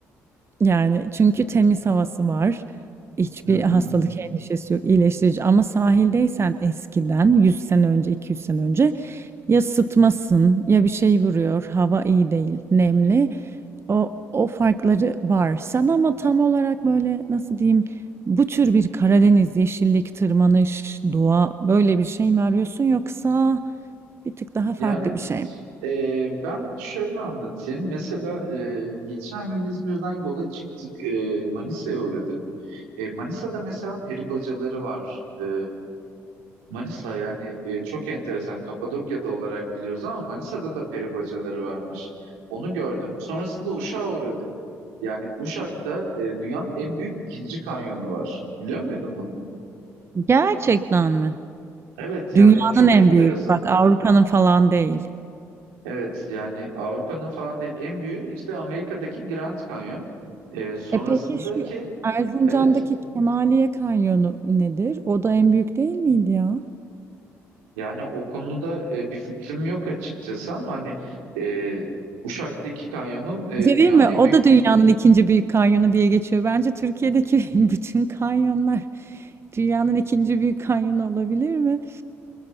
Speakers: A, on the right; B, on the right.
A: Yani, çünkü temiz havası var. Hiçbir
B: Hı hı.
A: hastalık endişesi yok, iyileştirici ama sahildeysen eskiden 100 sene önce, 200 sene önce ya sıtmasın ya bir şey vuruyor, hava iyi değil, nemli. O o farkları var. Sen ama tam olarak böyle nasıl diyeyim, bu tür bir Karadeniz, yeşillik, tırmanış, doğa böyle bir şey mi arıyorsun yoksa bir tık daha farklı
B: Yani
A: bir şey mi?
B: e, ben şöyle anlatayım. Mesela e, geçen gün İzmir'den yola çıktık. E, Manisa'ya uğradık. E, Manisa'da mesela peri bacaları var. E, Manisa yani e, çok enteresan. Kapadokya'da olarak biliyoruz ama Manisa'da da peri bacaları varmış. Onu gördüm. Sonrasında Uşak'a uğradık. Yani Uşak'ta e, dünyanın en büyük ikinci kanyonu var. Biliyor muydun bunu?
A: Gerçekten mi?
B: Evet
A: Dünyanın
B: yani çok
A: en
B: enteresan.
A: büyük, bak Avrupa'nın falan değil.
B: Evet yani Avrupa'nın falan değil en büyüğü işte Amerika'daki Grand Canyon. Ee, sonrasındaki
A: E peki şu Erzincan'daki
B: evet
A: Kemaliye Kanyonu nedir? O da en büyük değil miydi ya?
B: yani o konuda e, bir fikrim yok açıkçası ama hani e, Uşak'taki kanyonun e,
A: Bir şey
B: dünyanın
A: diyeyim mi?
B: en
A: O
B: büyük
A: da
B: iki-
A: dünyanın ikinci büyük kanyonu diye geçiyor. Bence Türkiye'deki <laughs> bütün kanyonlar dünyanın ikinci büyük kanyonu olabilir mi?